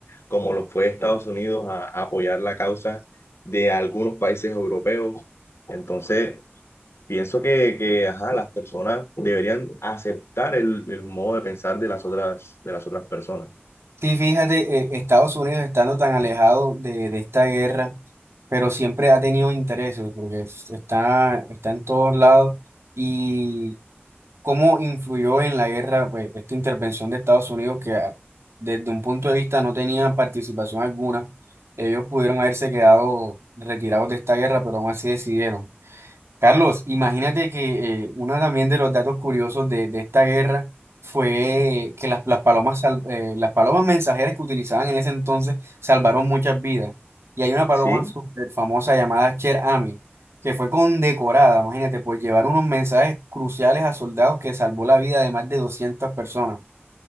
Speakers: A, on the left (about 80°); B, on the right (about 80°).
A: como lo fue Estados Unidos, a, a apoyar la causa de algunos países europeos. Entonces, Pienso que, que, ajá, las personas deberían aceptar el, el modo de pensar de las otras, de las otras personas.
B: Sí, fíjate, eh, Estados Unidos estando tan alejado de, de esta guerra, pero siempre ha tenido intereses, porque es- está, está en todos lados. ¿Y cómo influyó en la guerra, pues, esta intervención de Estados Unidos que a- desde un punto de vista no tenía participación alguna? Ellos pudieron haberse quedado retirados de esta guerra, pero aún así decidieron. Carlos, imagínate que eh, uno también de los datos curiosos de, de esta guerra fue que las, las palomas, sal- eh, las palomas mensajeras que utilizaban en ese entonces salvaron muchas vidas. Y hay una paloma
A: Sí,
B: súper famosa llamada Cher Ami, que fue condecorada, imagínate, por llevar unos mensajes cruciales a soldados que salvó la vida de más de 200 personas.